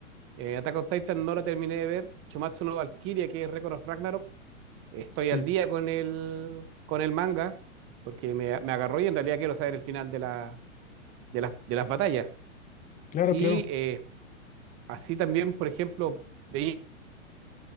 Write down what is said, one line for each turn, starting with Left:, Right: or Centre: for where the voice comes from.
Right: eh, Attack on Titan no la terminé de ver. Chumatsu no Valkyria, que es Record of Ragnarok, estoy
Left: Sí,
Right: al día con el, con el manga, porque me, me agarró y en realidad quiero saber el final de la de, las, de las batallas.
Left: claro,
Right: Y
Left: claro.
Right: eh, así también, por ejemplo, veía